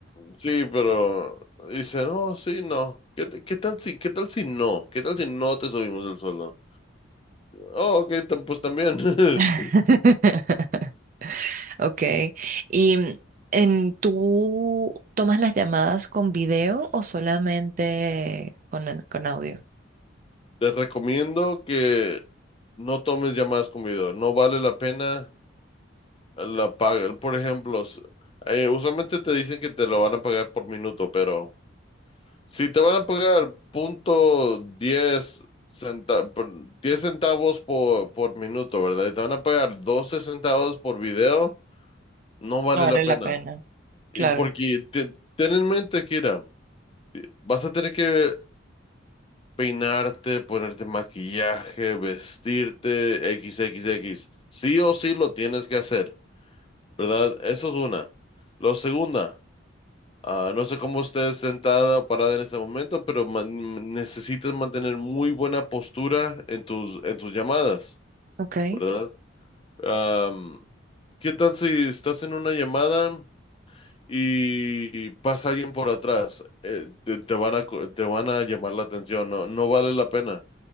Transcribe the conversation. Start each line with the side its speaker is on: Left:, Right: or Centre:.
Left: Sí, pero dice, no, sí, no. ¿Qué, t- qué tal si, qué tal si no? ¿Qué tal si no te subimos el sueldo? Oh, ok, tam- pues también. <laughs>
Right: <laughs> Ok. ¿Y mm, en, tú tomas las llamadas con video o solamente con, con audio?
Left: Te recomiendo que no tomes llamadas con video. No vale la pena la paga. Por ejemplo, s- eh, usualmente te dicen que te lo van a pagar por minuto, pero... Si te van a pagar punto 10 centa- por- 10 centavos por, por minuto, ¿verdad? Y te van a pagar 12 centavos por video, no vale
Right: No vale
Left: la pena.
Right: la pena.
Left: Y
Right: Claro.
Left: porque te- ten en mente, Kira, vas a tener que peinarte, ponerte maquillaje, vestirte, XXX. Sí o sí lo tienes que hacer, ¿verdad? Eso es una. Lo segunda. Ah, no sé cómo estés sentada o parada en este momento, pero man- necesitas mantener muy buena postura en tus, en tus llamadas,
Right: Ok.
Left: ¿verdad? Am, ¿qué tal si estás en una llamada y pasa alguien por atrás? Eh, te, te van a, co- te van a llamar la atención, no, no vale la pena.